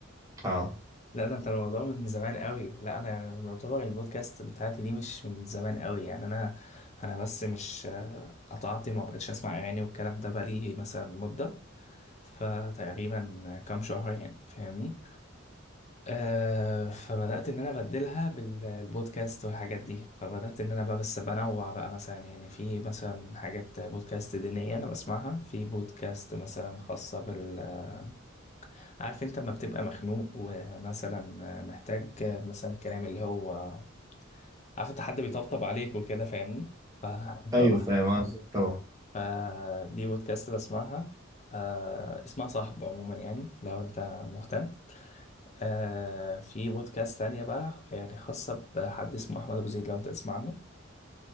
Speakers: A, on the right; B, on the left.
A: اه
B: لا ده انت الموضوع من زمان قوي لا انا يعني معتبر البودكاست بتاعتي دي مش من زمان قوي يعني انا انا بس مش قطعت ما بقتش اسمع اغاني والكلام ده بقالي مثلا مده فتقريبا كام شهر يعني فاهمني آه فبدأت إن أنا أبدلها بالبودكاست والحاجات دي فبدأت إن أنا بقى بس بنوع بقى مثلا يعني في مثلا حاجات بودكاست دينية أنا بسمعها في بودكاست مثلا خاصة بال آه، عارف أنت لما بتبقى مخنوق ومثلا محتاج مثلا كلام اللي هو عارف أنت حد بيطبطب عليك وكده فاهمني ف... <laughs>
A: ايوه
B: فواحد
A: فاهم قصدك طبعا
B: فدي بودكاست بسمعها آه اسمها صاحب عموما يعني لو أنت مهتم آه في بودكاست تانية بقى يعني خاصة بحد اسمه أحمد أبو زيد لو أنت تسمع عنه